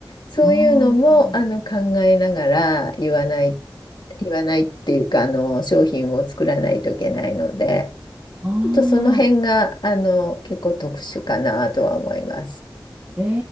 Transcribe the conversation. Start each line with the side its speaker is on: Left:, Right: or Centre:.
Left: そういうのも、
Right: あ、
Left: あの、考えながら言わない、言わないっていうか、あの、商品を作らないといけないので、
Right: ああ、
Left: ちょっとその辺が、あの、結構特殊かなとは思います。
Right: え